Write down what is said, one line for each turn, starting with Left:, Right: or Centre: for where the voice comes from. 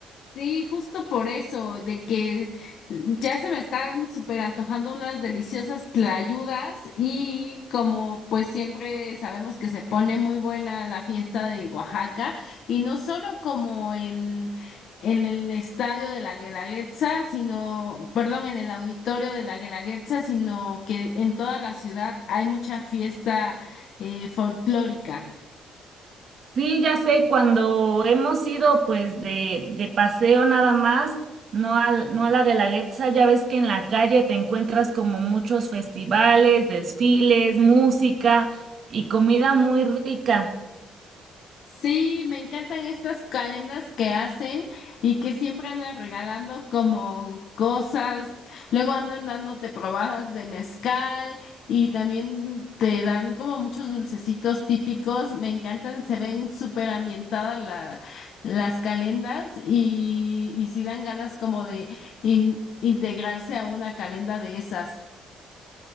Left: Sí, justo por eso, de que ya se me están súper antojando unas deliciosas tlayudas y como pues siempre sabemos que se pone muy buena la fiesta de Oaxaca y no solo como en, en el estadio de la Guelaguetza, sino, perdón, en el auditorio de la Guelaguetza, sino que en toda la ciudad hay mucha fiesta eh, folclórica.
Right: Sí, ya sé, cuando hemos ido pues de, de paseo nada más, no al, no a la Guelaguetza, ya ves que en la calle te encuentras como muchos festivales, desfiles, música y comida muy rica.
Left: Sí, me encantan estas calendas que hacen y que siempre andan regalando como cosas, luego andan dándote probadas de mezcal y también te dan como muchos dulcecitos típicos, me encantan, se ven súper ambientadas la- las calendas y, y sí dan ganas como de in- integrarse a una calenda de esas.